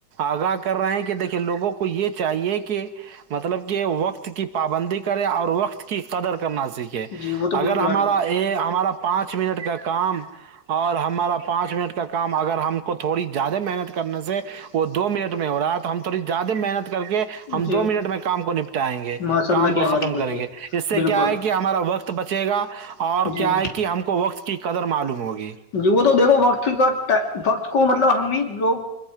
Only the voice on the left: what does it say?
جی وہ تو
بالکل
آٹ گا
جی
ماشاء
اللہ کیا
بات
بولی
ہے
بالکل
جی
جی وہ تو دیکھو وقت کا وقت کو مطلب ہم ہی لوگ